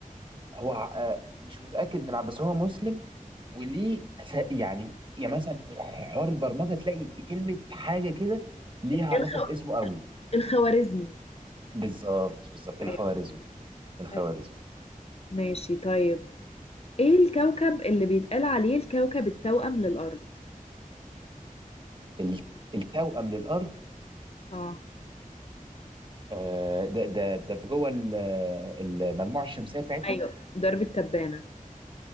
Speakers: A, on the right (about 35°); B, on the left (about 45°).
A: هو ع- آه، مش متأكد من ع- بس هو مسلم وليه أسا- يعني يعني مثلا في حوار البرمجة تلاقي كلمة حاجة كده ليها
B: الخ...
A: علاقة باسمه قوي
B: الخوارزمي
A: بالظبط بالظبط الخوارزمي
B: ايوه
A: الخوارزمي
B: ايوه ماشي طيب ايه الكوكب اللي بيتقال عليه الكوكب التوأم للأرض
A: ال- التوأم للأرض
B: اه
A: آه، ده ده ده في جوه ال- المجموعة الشمسية بتاعتنا
B: ايوه درب التبانة